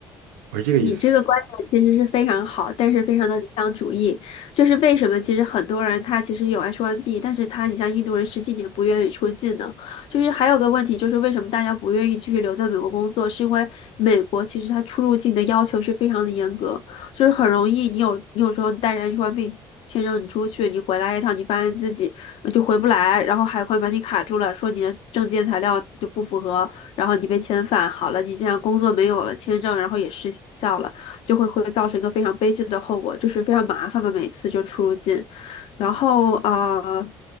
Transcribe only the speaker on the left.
你这个观点其实是非常好，但是非常的理想主义。就是为什么其实很多人他其实有 H1B，但是他你像印度人十几年不愿意出境呢？就是还有个问题就是为什么大家不愿意继续留在美国工作，是因为美国其实它出入境的要求是非常的严格，就是很容易你有你有时候带着 H1B 签证你出去，你回来一趟，你发现自己就回不来，然后海关把你卡住了，说你的证件材料就不符合，然后你被遣返好了，你现在工作没有了，签证然后也失效了，就会会造成一个非常悲剧的后果，就是非常麻烦嘛，每次就出入境。然后呃，